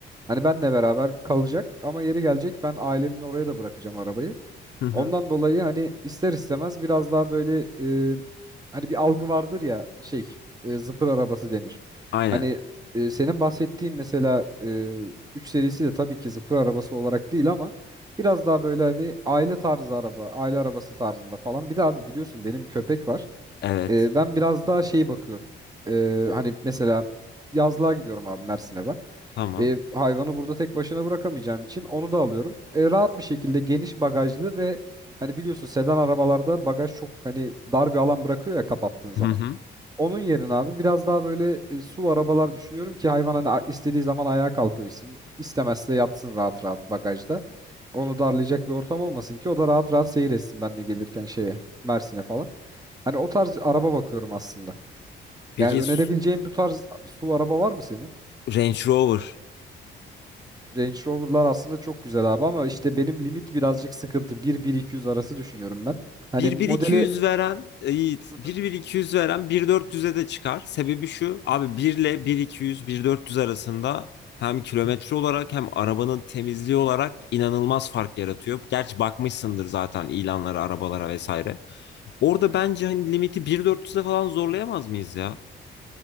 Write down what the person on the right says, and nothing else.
Hani benle beraber kalacak ama yeri gelecek ben ailemin oraya da bırakacağım arabayı.
Ondan dolayı hani ister istemez biraz daha böyle e, hani bir algı vardır ya şey e, zıpır arabası denir.
Hani e, senin bahsettiğin mesela e, 3 serisi de tabii ki zıpır arabası olarak değil ama biraz daha böyle hani aile tarzı araba, aile arabası tarzında falan. Bir de abi biliyorsun benim köpek var.
Ee, ben biraz daha şeyi bakıyorum. Ee, hani mesela yazlığa gidiyorum abi Mersin'e ben.
Ee, hayvanı burada tek başına bırakamayacağım için onu da alıyorum. Ee, rahat bir şekilde geniş bagajlı ve hani biliyorsun sedan arabalarda bagaj çok hani dar bir alan bırakıyor ya kapattığın zaman.
Onun yerine abi biraz daha böyle e, SUV arabalar düşünüyorum ki hayvan hani a- istediği zaman ayağa kalkabilsin. İstemezse yatsın rahat rahat bagajda onu darlayacak bir ortam olmasın ki o da rahat rahat seyir etsin ben de gelirken şeye Mersin'e falan. Hani o tarz araba bakıyorum aslında.
Yani önerebileceğin
bu tarz SUV araba var mı senin?
Range Rover'lar aslında çok güzel abi ama işte benim limit birazcık sıkıntı. 1 iki yüz arası düşünüyorum ben. Hani
modeli
Hı
hı.